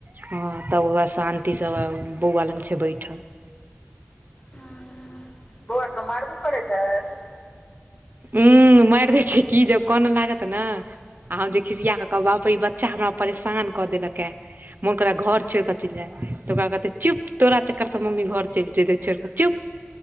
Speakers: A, on the right; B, on the left.
A: हँ। तब हौआ शान्तिसँ ब-ब बौआ लग छै बैठल।
B: हं, बौआ के मारबो करैत हैत।
A: उम्म माइर दै छै की, जब कानऽ लागत ने आ हम जे खिसिया कऽ कहबै बा प रे ई बच्चा हमरा परेशान कऽ देलके मोन करैया घर छोइड़ कऽ चइल जाइ तऽ ओकरा कहतै चुप, तोरा चकर सँ मम्मी घर चइल जेतै छोइड़ कऽ चुप।